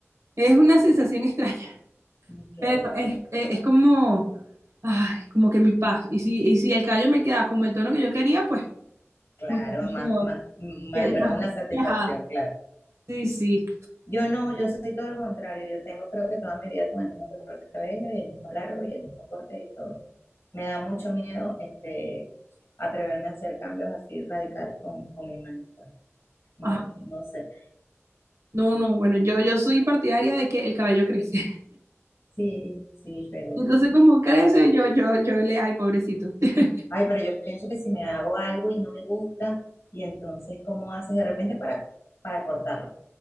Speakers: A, on the right (about 85°); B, on the left (about 65°).
A: Es una sensación extraña,
B: ok,
A: pero
B: ok.
A: es, es- es como, ay, como que mi paz. Y si, y si el cabello me queda como el tono que yo quería, pues
B: Claro,
A: mucho
B: más,
A: mejor,
B: más, mayor
A: que más
B: aún la satisfacción,
A: relajada.
B: claro.
A: Sí, sí.
B: Yo no, yo soy todo lo contrario. Yo tengo creo que toda mi vida con el mismo color de cabello y el mismo largo y el mismo corte y todo. Me da mucho miedo este, atreverme a hacer cambios así radicales con, con mi imagen. pues. No,
A: Ah,
B: no sé.
A: no, no, bueno, yo, yo soy partidaria de que el cabello crece.
B: Sí, sí, pero...
A: Entonces, como crece, yo, yo, yo le, ay, pobrecito. <laughs>
B: Ay, pero yo pienso que si me hago algo y no me gusta, y entonces, ¿cómo haces de repente para, para cortarlo?